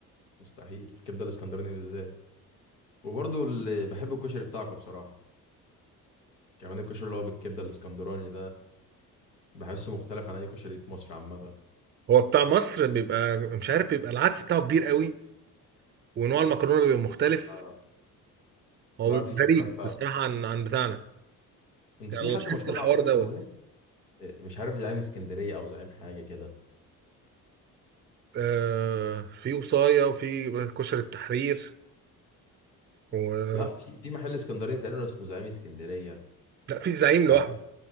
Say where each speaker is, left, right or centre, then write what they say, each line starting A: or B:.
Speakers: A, on the left (about 85°); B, on the right (about 25°).
A: مستحيل الكبده الاسكندراني بالذات وبرضه اللي بحب الكشري بتاعكم بصراحه كمان الكشري اللي هو بالكبده الاسكندراني بحسه مختلف عن اي كشري في مصر عامه
B: هو بتاع مصر بيبقى مش عارف بيبقى العدس بتاعه كبير قوي ونوع المكرونه بيبقى مختلف
A: آه.
B: هو
A: لا
B: بيبقى
A: في اختلاف
B: غريب
A: فعلا
B: بصراحة عن عن بتاعنا
A: انت
B: يعني
A: في
B: أنا
A: حد
B: لاحظت
A: مشهور
B: الحوار
A: عندكم
B: دوت
A: اسمه ايه آه، مش عارف زعيم اسكندريه او زعيم حاجه كده
B: آه في وصاية وفي كشر التحرير و...
A: لا في في محل اسكندريه تقريبا اسمه زعيم اسكندريه
B: لا في الزعيم
A: ز-
B: لوحده